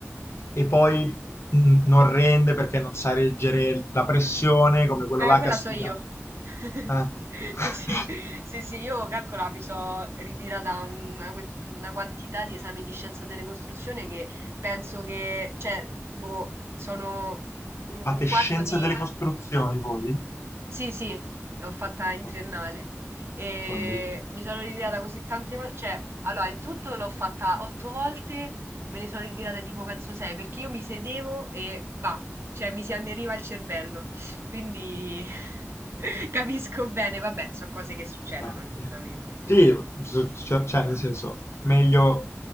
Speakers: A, on the left; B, on the right.
A: e poi mm, non rende perché non sa reggere la pressione, come quello
B: Eh,
A: là
B: quella
A: che ha studiato.
B: so io. <laughs>
A: Eh. <laughs>
B: Sì, sì, sì, io calcola, mi sono ritirata una, que- una quantità di esami di scienza delle costruzioni che penso che, cioè, boh, sono un
A: Fate
B: un quarto
A: scienza
B: di,
A: delle costruzioni voi?
B: sì, sì, l'ho fatta in
A: Follia.
B: triennale e
A: Follia.
B: mi sono ritirata così tante volte, cioè, allora, in tutto l'ho fatta otto volte, me ne sono ritirata tipo penso sei, perché io mi sedevo e va, cioè mi si anneriva il cervello, quindi <laughs> capisco bene, vabbè, sono cose che succedono,
A: Ma-
B: giustamente,
A: Sì, su- cioè, cioè, nel senso, meglio